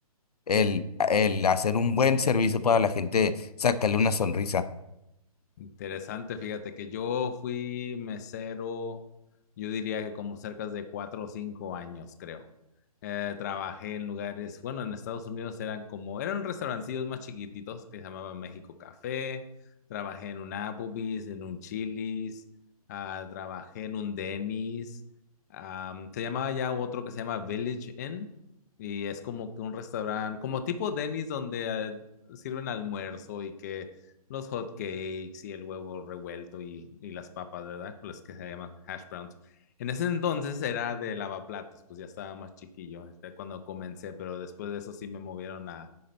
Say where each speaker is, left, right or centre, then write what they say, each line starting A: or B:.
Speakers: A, on the left; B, on the left.
A: el, el hacer un buen servicio para la gente, sacarle una sonrisa.
B: Interesante, fíjate que yo fui mesero, yo diría que como cerca de cuatro o cinco años, creo. Eh, trabajé en lugares, bueno, en Estados Unidos eran como, eran restaurancillos más chiquititos que se llamaban México Café, trabajé en un Applebee's, en un Chili's, ah, trabajé en un Denny's, am, se llamaba ya otro que se llama Village Inn y es como que un restaurante, como tipo Denny's donde eh, sirven almuerzo y que los hot cakes y el huevo revuelto y, y las papas, ¿verdad? Las que se llaman hash browns. En ese entonces era de lavaplatos, pues ya estaba más chiquillo este, cuando comencé, pero después de eso sí me movieron a,